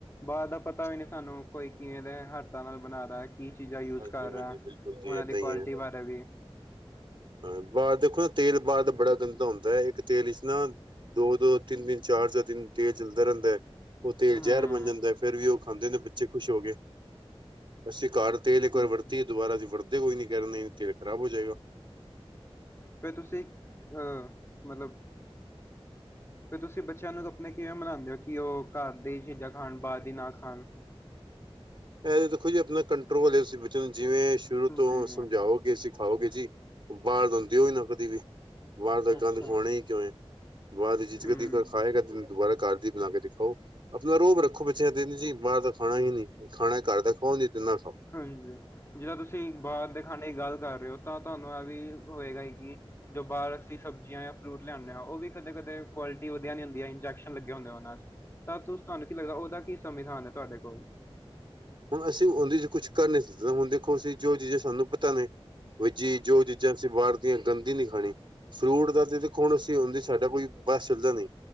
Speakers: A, on the left; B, on the right.
A: ਬਾਰ ਦਾ ਪਤਾ ਨੀ ਸਾਨੂੰ। ਕੋਈ ਕਿਵੇ ਦੇ ਹੱਥਾਂ ਨਾਲ ਬਣਾਂਦਾ, ਕੀ ਚੀਜ਼ਾਂ ਯੂਜ਼
B: ਹਾਂਜੀ
A: ਕਰ
B: ਹਾਂਜੀ
A: ਰਿਹਾ।
B: ਬਿਲਕੁਲ ਜੀ
A: ਉਹਨਾਂ
B: ਏਦਾਂ
A: ਦੀ ਕੁਆਲਿਟੀ
B: ਹੀ ਹੈ।
A: ਬਾਰੇ ਵੀ।
B: ਹਾਂ, ਬਾਅਦ ਦੇਖੋ ਨਾ, ਤੇਲ ਬਾਅਦ ਬੜਾ
A: ਹਾਂਜੀ,
B: ਗੰਦਾ ਹੁੰਦਾ ਐ, ਇੱਕ ਤੇਲ 'ਚ ਨਾ ਦੋ -ਦੋ, ਤਿੰਨ ਦਿਨ ਚਾਰ- ਚਾਰ ਦਿਨ ਤੇਲ ਚਲਦਾ ਰਹਿੰਦਾ। ਉਹ ਤੇਲ
A: ਹੂੰ,
B: ਜ਼ਹਿਰ ਬਣ ਜਾਂਦਾ, ਫੇਰ ਵੀ ਉਹ ਖਾਂਦੇ ਨੇ ਬੱਚੇ ਖੁਸ਼ ਹੋ ਕੇ। ਅਸੀ ਘਰ ਤੇਲ ਇੱਕ
A: ਹੂੰ।
B: ਵਾਰ ਵਰਤੀ ਦੁਬਾਰਾ ਅਸੀ, ਵਰਤ ਦੇ ਕੋਈ ਨੀ ਕਹਿ ਦੇਣੇ ਤੇਲ ਖ਼ਰਾਬ ਹੋ ਜਾਏਗਾ।
A: ਫਿਰ ਤੁਸੀ ਅਹ ਮਤਲਬ ਫਿਰ ਤੁਸੀ ਬੱਚਿਆਂ ਨੂੰ ਆਪਣੇ ਕਿਵੇਂ ਮਨਾਂਦੇ ਹੋ ਕਿ, ਘਰ ਦੀ ਚੀਜ਼ਾਂ ਬਾਹਰ ਦੀ ਨਾ ਖਾਣ।
B: ਇਹ ਦੇਖੋ ਜੀ, ਆਪਣਾ ਕੰਟਰੋਲ ਤੁਸੀ ਬੱਚੇ ਨੂੰ ਜਿਵੇਂ ਸ਼ੁਰੂ ਤੋਂ
A: ਜੀ,
B: ਸਮਝਾਓ। ਜੇ ਤੁਸੀ ਖਾਓਗੇ ਜੀ, ਬਾਹਰ ਆਦੀ ਨਾ ਕਦੀ ਵੀ। ਬਾਹਰ ਤਾਂ
A: ਅੱਛਾ,
B: ਗੰਧ ਖਵਾਉਣਾ ਹੀ ਕਿਉ ਏ। ਬਾਹਰ ਦੀ ਚੀਜ਼
A: ਹੂੰ।
B: ਕਦੇ ਖਾਏਗਾ। ਦੁਬਾਰਾ ਘਰ ਦੀ ਬਣਾ ਕੇ ਦੇਖੋ, ਆਪਣਾ ਰੋਬ ਰੱਖੋ ਪਿੱਛੇ ਦਿਨ ਜੀ ਬਾਹਰ ਦਾ ਖਾਣਾ ਹੀ ਨੀ, ਖਾਣਾ ਘਰ ਦਾ। ਹੁਣ ਲਿਖ ਦੇ ਨਰਸ।
A: ਹਾਂਜੀ, ਜਿਦਾਂ ਤੁਸੀਂ ਬਾਅਦ ਦੇ ਖਾਣੇ ਦੀ ਗੱਲ ਕਰ ਰਹੇ ਹੋ ਤਾਂ, ਤੁਹਾਨੂੰ ਇਹ ਵੀ ਹੋਏਗਾ ਕਿ ਜੋ ਬਾਹਰ ਅਸੀ ਸਬਜ਼ੀਆਂ ਜਾਂ ਫਰੂਟ ਲਿਆਨੇ ਆ, ਉਹ ਵੀ ਕਦੇ-ਕਦੇ ਕੁਆਲਿਟੀ ਵਧੀਆ ਨਹੀਂ ਹੁੰਦੀ। ਇੰਜੈਕਸ਼ਨ ਲੱਗੇ ਹੁੰਦੇ ਆ ਉਹਨਾਂ 'ਚ ਤਾਂ ਤੂੰ ਤੁਹਾਨੂੰ ਕੀ ਲੱਗਦਾ? ਸੰਵਿਧਾਨ ਏ ਤੁਹਾਡੇ ਕੋਲ।
B: ਹੁਣ ਅਸੀਂ ਉਹਦੇ 'ਚ ਕੁਛ ਕਰ ਨੀ ਸਕਦੇ ਹੁਣ ਦੇਖੋ ਅਸੀਂ ਜੋ ਚੀਜ਼ਾਂ ਸਾਨੂੰ ਪਤਾ ਨੀ। ਬਾਈ ਜੀ, ਜੋ ਚੀਜ਼ਾਂ ਅਸੀਂ ਬਾਹਰ ਦੀਆਂ ਗੰਦੀ ਨਹੀਂ ਖਾਣੀ। ਫਰੂਟ ਦਾ ਤੇ ਦੇਖੋ ਹੁਣ ਅਸੀਂ ਹੁੰਦੇ ਸਾਡਾ ਕੋਈ ਬਸ ਚਲਦਾ ਨਹੀਂ।